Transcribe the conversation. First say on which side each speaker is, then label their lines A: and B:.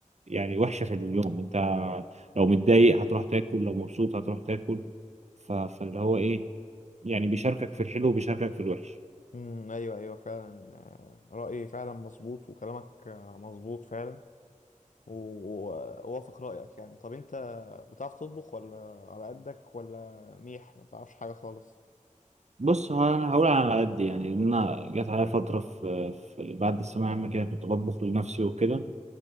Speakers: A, on the right; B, on the left.
A: يعني وحشه في اليوم انت لو متضايق هتروح تاكل لو مبسوط هتروح تاكل ف- فاللي هو ايه يعني بيشاركك في الحلو وبيشاركك في الوحش
B: امم ايوه ايوه فعلا آه، رأيي فعلا مظبوط وكلامك آه، مظبوط فعلا ووافق رأيك يعني طب انت بتعرف تطبخ ولا على قدك ولا ميح ما تعرفش حاجة خالص
A: بص ه- هقول على قد يعني ان انا جت عليا فتره في, في بعد الثانويه العامه كده كنت بطبخ لنفسي وكده